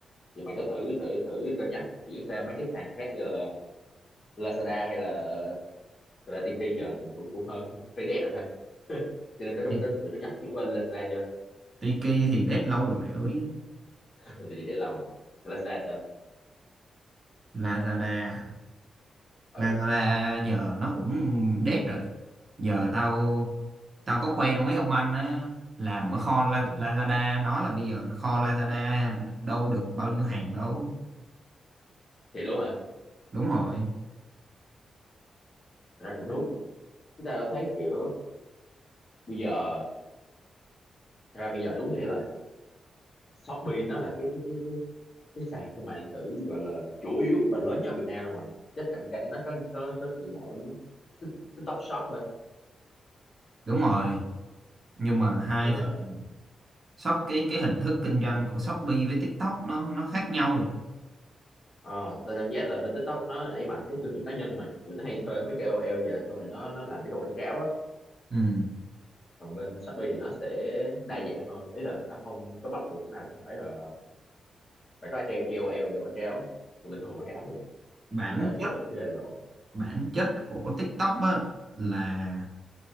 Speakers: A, on the left (about 35°); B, on the right (about 40°).
A: vậy mày có thử thử thử cân nhắc chuyển sang mấy cái sàn khác như là Lazada hay là thật ra Tiki giờ tụi mình cũng cũng hơi <laughs> hơi dead rồi ha cho nên
B: Ti-
A: có thử cân nhắc chuyển qua Lazada chưa
B: Tiki thì dead lâu rồi mày ơi
A: <laughs> Ừ, tự nhiên dead lâu rồi Lazada sao
B: Lazada hả? Lazada
A: ừ
B: giờ nó cũng dead rồi giờ tao tao có quen mấy ông anh á làm ở kho La-
A: ừ.
B: Lazada nói là bây giờ kho Lazada đâu được bao nhiêu hàng đâu
A: thì luôn hả
B: đúng rồi
A: thật ra cũng đúng chúng ta đã thấy kiểu bây giờ thật ra bây giờ đúng nghĩa là Shopee nó là cái cái cái cái cái sàn thương mại điện tử gọi là chủ yếu và lớn nhất ở Việt Nam luôn rồi chắc cạnh tranh nó có có có chỉ mỗi Tik- TikTok Shop thôi
B: đúng rồi nhưng mà hai
A: nhưng
B: thằng
A: mà
B: shop cái cái hình thức kinh doanh của Shopee với TikTok nó nó khác nhau
A: Ờ, tao cảm giác là bên TikTok nó đẩy mạnh cái thương hiệu cá nhân mà kiểu nó hay thuê mấy cái KOL về xong rồi nó nó làm mấy cái quảng cáo á
B: ừ.
A: còn bên Shopee thì nó sẽ đa dạng hơn ý là nó không có bắt buộc lúc nào cũng phải là phải có cái KOL để quảng cáo người bình thường quảng cáo được
B: bản
A: miễn sao chất
B: chất
A: lượng ok là ổn
B: bản chất của TikTok á là